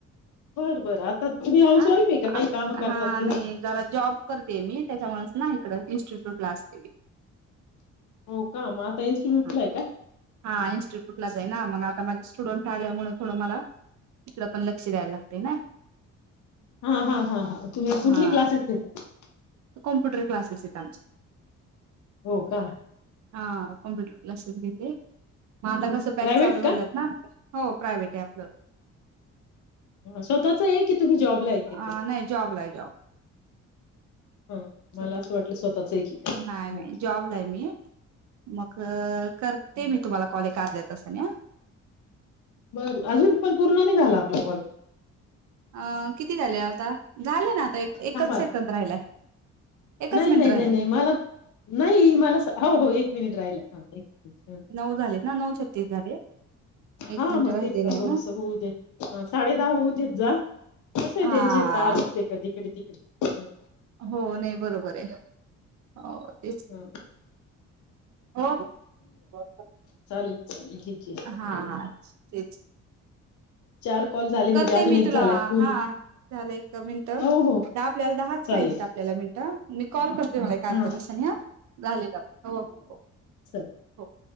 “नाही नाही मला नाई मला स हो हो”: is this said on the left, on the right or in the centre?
Left